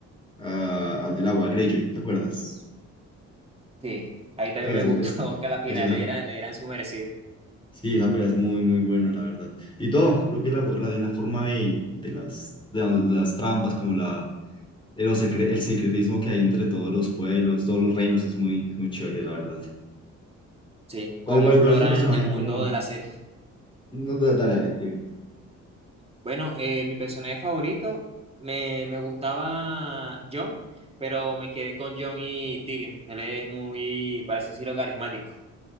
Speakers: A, on the left (about 15°); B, on the right (about 20°).
A: a- al del agua, a Greyjoy, ¿te acuerdas?
B: Sí, ahí también
A: Eso,
B: me gustó
A: es,
B: <laughs> que a la final
A: eso, esa-
B: le dieran, le dieran su merecido.
A: sí, esa pelea es muy, muy buena, la verdad. Y todo, creo que la, la, de la forma de, de las, de las trampas, como la, el, los secre- el secretismo que hay entre todos los pueblos, todos los reinos, es muy, muy chévere, la verdad.
B: Sí,
A: ¿Cuál,
B: cómo
A: cuál,
B: exploran
A: cuál es tu personaje
B: el mundo
A: como...
B: de la serie.
A: No, da- dale, dale, dime.
B: Bueno, eh, mi personaje favorito me, me gustaba John, pero me quedé con John y Tyrion. Él es muy, para así decirlo, carismático.